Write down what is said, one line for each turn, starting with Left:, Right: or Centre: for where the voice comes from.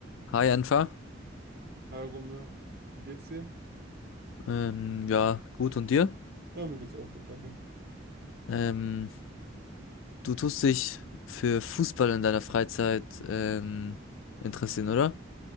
Left: Hi Anfa,
Right: Hi Romeo, wie geht's dir?
Left: ähm, ja, gut und dir?
Right: Ja, mir geht's auch gut, danke.
Left: Ähm, du tust dich für Fußball in deiner Freizeit ähm, interessieren, oder?